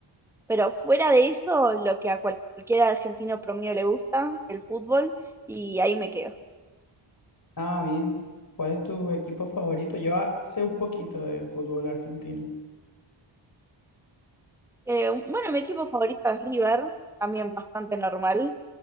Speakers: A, in the centre; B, on the left.
A: Pero fuera de eso, lo que a cualquier argentino promedio le gusta, el fútbol, y ahí me quedo.
B: Ah, bien. ¿Cuál es tu equipo favorito? Yo ah, sé un poquito de fútbol argentino.
A: Eh, bueno, mi equipo favorito es River, también bastante normal.